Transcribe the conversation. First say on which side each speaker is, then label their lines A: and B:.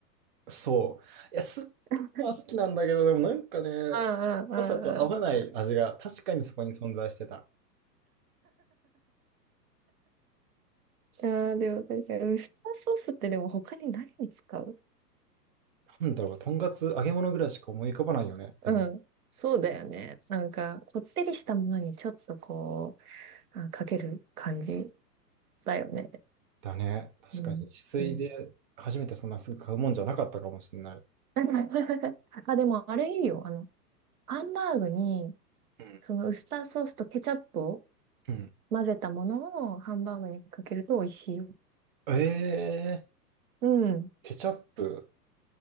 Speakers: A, on the right; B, on the right.
A: そう。いや、酸っぱいのは好きなんだけど、
B: あ
A: でもなんかね、
B: あ、
A: 酸っ
B: ああ、
A: ぱさと合わない味が確かにそこに存在してた。
B: ああ。ああ、でも確かに、ウスターソースってでも他に何に使う
A: なんだろう、とんかつ揚げ物ぐらいしか思い浮かばないよね。
B: うん。
A: でも、
B: そうだよね。なんか、こってりしたものにちょっとこう、あ、かける感じだよね。
A: だね。確かに、
B: うん。
A: 自炊で初めてそんなすぐ買うもんじゃなかったかもしれない。
B: うん。<laughs> あ、でもあれいいよ。あの、ハンバーグに、
A: うん。
B: そのウスターソースとケチャップを
A: うん。
B: 混ぜたものをハンバーグにかけると美味しいよ。
A: えー、
B: うん。
A: ケチャップ。